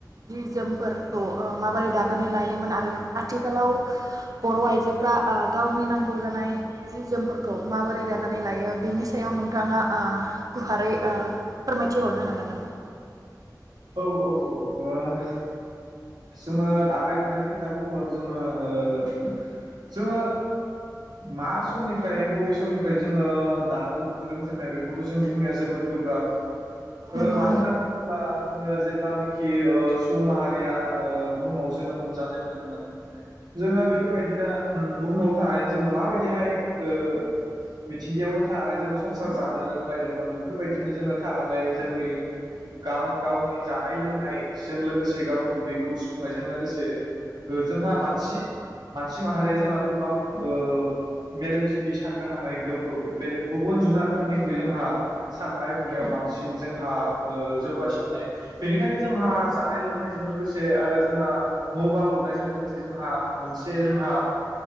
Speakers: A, on the right (about 55°); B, on the right (about 75°).
A: जि जोमफोरखौ उह माबोरै दानानै लायोमोन आरो आथिखालाव बर'आइजोफ्रा उह गावनि नांगौ जानाय जि जोमफोरखौ माबोरै दानानै लायो बेनि सायाव नोंथांङा उह गुवारै उह फोरमायथिहरनो हागोन नामा?
B: औ औ औ उह जोंङो दानाय लुनायनि खोथा बुंङोबाथ' जोंङो उह जोंङो मा समनिफ्राय बबे समनिफ्राय जोंङो दानो लुनो रोंजेननाय बेखौथ' जों बुंनाया जोबोद गोब्राब। हो
A: नंगौ
B: मानो
A: नों
B: होननानै बुंङोब्ला उह जेब्लानिखि उह सुबुं माहारिया उह बुहुमाव जोनोम जाजेनदोंमोन जोंङो बिफोरबायदिनो उम बुहुमाव थानानै जोंङो माबायदिहाय उह मिथिंगायावनो थानानै जोंङो संसार जानो रोंलायदोंमोन बिफोरबायदिनो जोंङो थानानै जोंनि गां गावनि जानाय लोंनायजों लोगोसे गावनि उदैखौ सुफुंनायजों लोगोसे उह जोंहा मानसि मानसि माहारिया जोंहा गोबां उह मेलेमजिबि साननो हानाय गोबौ बेलेग गुबुन जुनारफोरनिख्रुइ जोंहा साननाय हनायाव बांसिन जोंहा उह जौगासिन नाय बेनिखायनो जोंहा जानाय लोंनायजों लोगोसे आरो जोंहा न' बां लुनायजों लोगोसे जोंहा मोनसे जोंहा